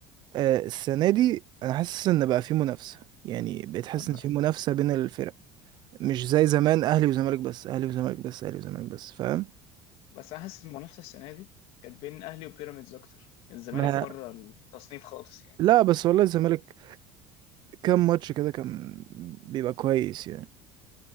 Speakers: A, on the right (about 40°); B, on the left (about 60°).
A: آه السنة دي انا حاسس ان بقى في منافسة يعني بقيت حاسس
B: ب-
A: ان في منافسة بين الفرق مش زي زمان اهلي وزمالك بس اهلي وزمالك بس اهلي وزمالك بس فاهم
B: بس أنا حاسس المنافسة السنة دي كانت بين أهلي وبيراميدز أكتر الزمالك
A: ما
B: بره التصنيف خالص يعني
A: لا بس والله الزمالك كام ماتش كده كان بيبقى كويس يعني